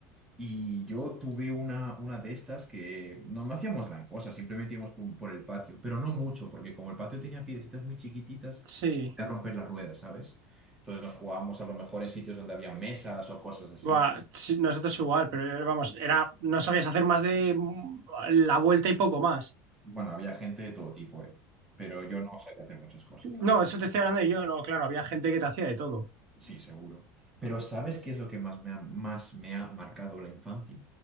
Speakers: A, in the centre; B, on the right.
A: Y yo tuve una, una de estas que no, no hacíamos gran cosa, simplemente íbamos por, por el patio, pero no mucho, porque como el patio tenía piedecitas muy chiquititas,
B: Sí.
A: me podía romper las ruedas, ¿sabes? Entonces nos jugábamos a lo mejor en sitios donde había mesas o cosas así.
B: Buah, sí, nosotros igual, pero eh, vamos, era, no sabías hacer más de mm, la vuelta y poco más.
A: Bueno, había gente de todo tipo, ¿eh? Pero yo no sabía hacer muchas cosas,
B: No,
A: la verdad.
B: eso te estoy hablando de yo, no, claro, había gente que te hacía de todo.
A: Sí, seguro. Pero ¿sabes qué es lo que más me ha, más me ha marcado la infancia?